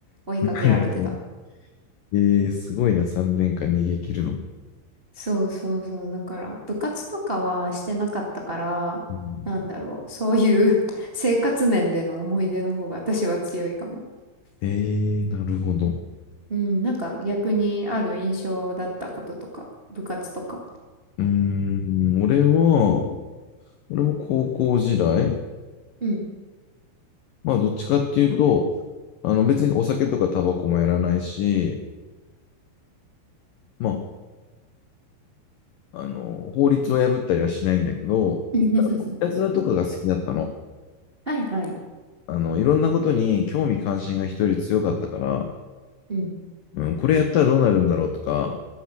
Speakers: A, on the right; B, on the left.
A: 追いかけられてた。
B: なるほど。えー、すごいな。3年間逃げ切るの。
A: そうそうそう。だから、部活とかはしてなかったから、
B: うん
A: なんだろう。そういう <laughs> 生活面での思い出の方が私は強いかも。
B: えー、なるほど。う
A: うん、なんか逆にある印象だったこととか、部活とか。
B: ーん。俺は、俺も高校時代、
A: うん。
B: まあどっちかっていうと、あの別にお酒とかタバコもやらないし、まあ、あの、法律を破ったりはしないんだけど、
A: <laughs>
B: いたずらとかが好きだったの。
A: はいはい。
B: あの、いろんなことに興味関心が人より強かったから、
A: うん。
B: うん、これやったらどうなるんだろうとか、